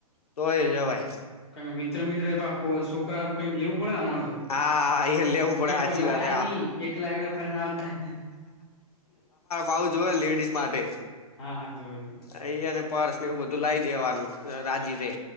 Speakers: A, on the left; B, on the left.
A: તોએ જવાય
B: કારણ કે મિત્ર કઈક લેવું પડે ને અમારે તો
A: હા એ લેવું પડે
B: કે
A: હાચી
B: કોઈ લાયા
A: વાત
B: નહી એકલા એકલા ફરીને આવતા
A: આ જોએ લેડીઝ માટે
B: હા હા જોવો જોવો
A: અહીયાને પર્સ ને એવું બધું લાઈ દેવાનું રાજી રે!